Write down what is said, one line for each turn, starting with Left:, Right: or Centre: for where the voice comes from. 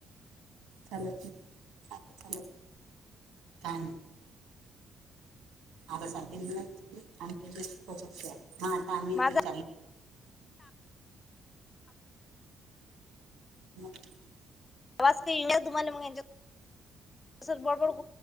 Right: चाले आता चालो का आता <unintelligible> आम दु आता आम्हीच
Left: माझा
Right: मग
Left: आवाज का ईना तुम्हाला मग हेच्या अस बडबड